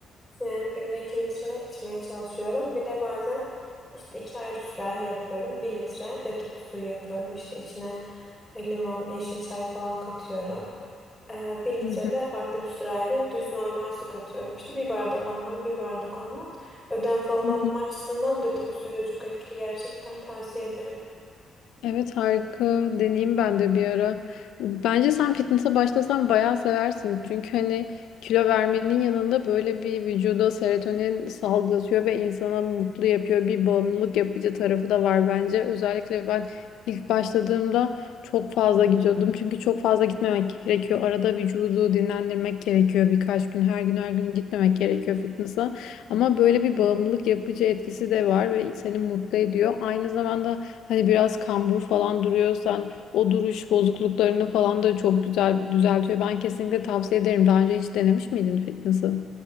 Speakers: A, in the centre; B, on the left.
A: Yani günde iki litre içmeye çalışıyorum. Bir de bazen işte iki ayrı sürahi yapıyorum. Bir litre detoks suyu yapıyorum. İşte içine e, limon, yeşil çay falan katıyorum. Ee, bir litre
B: Hı hı.
A: farklı bir sırayla düz normal su katıyorum. İşte bir bardak ondan bir bardak ondan. Ödem falan
B: Hı
A: atma
B: hı.
A: açısından detoks suyu da çok etkili gerçekten tavsiye ederim.
B: Evet harika deneyeyim ben de bir ara. Bence sen fitness'a başlasan bayağı seversin. Çünkü hani kilo vermenin yanında böyle bir vücuda serotonin salgılatıyor ve insana mutlu yapıyor. Bir bağımlılık yapıcı tarafı da var bence. Özellikle ben ilk başladığımda çok fazla gidiyordum. Çünkü çok fazla gitmemek gerekiyor. Arada vücudu dinlendirmek gerekiyor birkaç gün. Her gün her gün gitmemek gerekiyor fitness'a. Ama böyle bir bağımlılık yapıcı etkisi de var ve seni mutlu ediyor. Aynı zamanda Hani biraz kambur falan duruyorsan o duruş bozukluklarını falan da çok güzel düzeltiyor. Ben kesinlikle tavsiye ederim. Daha önce hiç denemiş miydin fitness'ı?